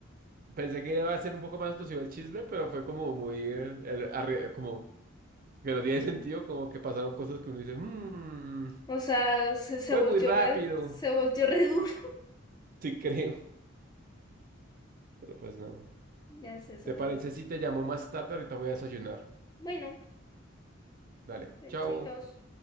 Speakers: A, on the right; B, on the left.
A: pensé que iba a ser un poco más explosivo el chisme, pero fue como muy, eh, el- arre- como que no tiene sentido, como que pasaron cosas que uno dice, "Mm,
B: O sea, se, se
A: fue
B: volteó
A: muy rápido,
B: re, se
A: <laughs>
B: volteó re duro. <laughs>
A: sí creo, pero pues nada.
B: Ya es eso,
A: ¿Te
B: bebé.
A: parece si te llamo más tarde? Ahorita voy a desayunar.
B: Bueno,
A: Dale,
B: eh,
A: chao.
B: chaitos.